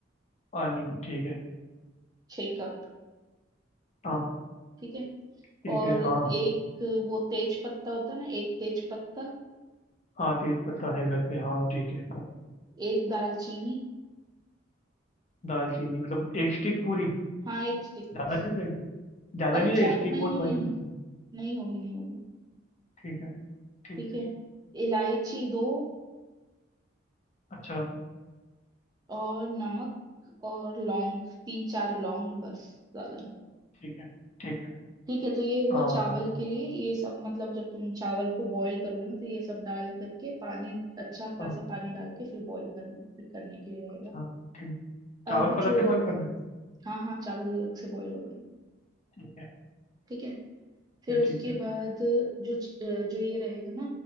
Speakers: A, on the left (about 35°); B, on the right (about 20°).
A: पानी ठीक है
B: छः कप
A: हाँ
B: ठीक है
A: ठीक
B: और
A: है
B: एक
A: हाँ
B: वो तेज पत्ता होता है ना एक तेज पत्ता
A: हाँ तेज पत्ता है घर पे हाँ ठीक है
B: एक दालचीनी
A: दालचीनी मतलब एक स्टिक पूरी
B: हाँ एक स्टिक
A: ज़्यादा
B: बस
A: नहीं होता ज़्यादा
B: अरे
A: नहीं
B: चार
A: होता स्टिक
B: नहीं
A: बहुत
B: नहीं नहीं
A: बड़ी होती
B: नहीं
A: है
B: नहीं होगी नहीं होगी
A: ठीक है ठीक
B: ठीक है इलायची दो
A: अच्छा
B: और नमक और लौंग तीन चार लौंग बस ज्यादा नहीं
A: ठीक है ठीक है
B: ठीक है तो ये हुआ
A: अम,
B: चावल के लिए ये सब मतलब जब तुम चावल को बॉईल करोगे ना तो ये सब डाल करके पानी अच्छा
A: अ,
B: खासा पानी डाल के फिर बॉईल कर, करने के लिए रहेगा
A: अच्छा ठीक चावल
B: अब
A: को अलग
B: जो
A: से बॉईल करना है
B: हाँ हाँ चावल अलग से बॉईल हो गए
A: ठीक है
B: ठीक है फिर
A: ठीक है
B: उसके
A: ठीक है
B: बाद जो च- अ, जो ये रहेगा ना